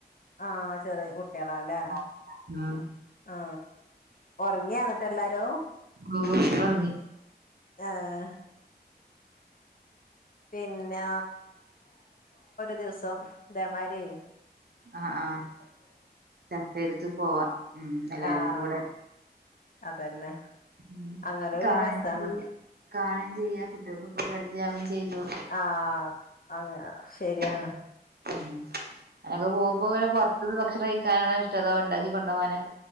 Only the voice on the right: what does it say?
ആഹ്
ഓ ഒറങ്ങി
ആഹ ആഹ <unintelligible> ചെയ്തിട്ട് പോവാ ഉം എല്ലാരും
കൂടെ
ഉം
കാണെചെയ്യ
കാണും ചെയ്യാ... കുട്ട്യാൾക്കിപ്പോപരിചയാവും ചെയ്യാ..
ഉം ഉം അനക്ക് പോവുമ്പോെന് പൊറത്ന്ന് ഭക്ഷണം ക്കാനാണോ ഇഷ്ടോ? അതോണ്ടാക്കി കൊണ്ടാവാനാ